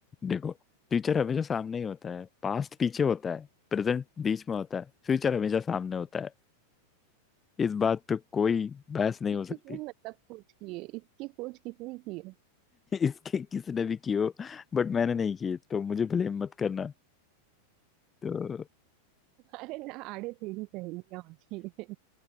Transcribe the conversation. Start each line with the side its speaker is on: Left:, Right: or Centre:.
Left: देखो फ्यूचर हमेशा सामने ही होता है पास्ट पीछे होता है प्रेजेंट बीच में होता है फ्यूचर हमेशा सामने होता है इस बात पे कोई बहस नहीं
Right: ये
Left: हो सकती
Right: किसने मतलब
Left: <laughs>
Right: खोज की है इसकी खोज किसने की है
Left: इसकी किसने भी की हो बट मैंने नहीं की तो मुझे ब्लेम मत करना तो <laughs>
Right: अरे ना आड़े टेढ़ी सहेलियां होती है